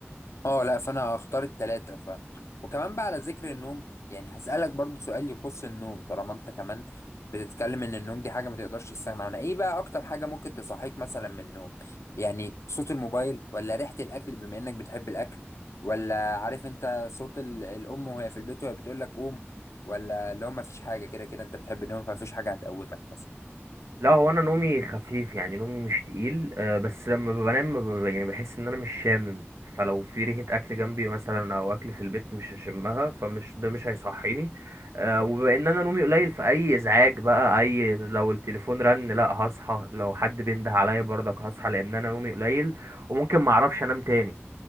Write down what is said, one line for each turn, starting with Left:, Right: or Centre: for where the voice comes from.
Left: اه لا فانا هختار التلاتة ف وكمان بقى على ذكر النوم يعني هسألك برضو سؤال يخص النوم طالما انت كمان بتتكلم ان النوم دي حاجة ما تقدرش تستغنى عنها ايه بقى اكتر حاجة ممكن تصحيك مثلا من النوم يعني صوت الموبايل ولا ريحة الاكل بما انك بتحب الاكل ولا عارف انت صوت ال- الام وهي في البيت وهي بتقول لك قوم ولا اللي هو ما فيش حاجة كده كده انت بتحب النوم فمفيش حاجة هتقومك مثلا
Right: لا هو انا نومي خفيف يعني نومي مش تقيل آه، بس لما بنام ب- يعني بحس ان انا مش شامم فلو في ريحة اكل جنبي مثلا او اكل في البيت مش هشمها فمش ده مش هيصحيني آه، وبما ان انا نومي قليل فاي ازعاج بقى اي لو التليفون رن لا هصحى لو حد بينده عليا برضك هصحى لان انا نومي قليل وممكن ما اعرفش انام تاني